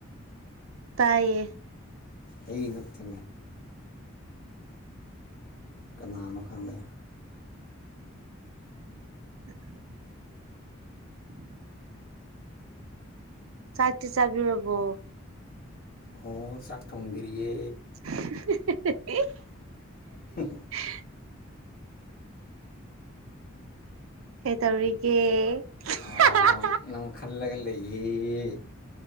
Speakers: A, on the right; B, on the left.
A: ꯇꯥꯏꯌꯦ
B: ꯑꯩꯒꯤ ꯅꯠꯇꯦ ꯀꯅꯥꯅꯣ ꯈꯪꯗꯦ
A: ꯎ <unintelligible> ꯆꯥꯥꯛꯇꯤ ꯆꯕꯤꯔꯕꯣ
B: ꯑꯣ ꯆꯥꯛ ꯊꯣꯡꯗ꯭ꯔꯤꯌꯦ
A: <inaudible>
B: ꯍ ꯍ <inaudible>
A: <unintelligible> ꯀꯩꯇꯧꯔꯤꯒꯦ
B: ꯑꯣ
A: ꯍꯥ ꯍꯥ
B: ꯅꯪ ꯈꯜꯂꯒ ꯂꯩꯌꯦ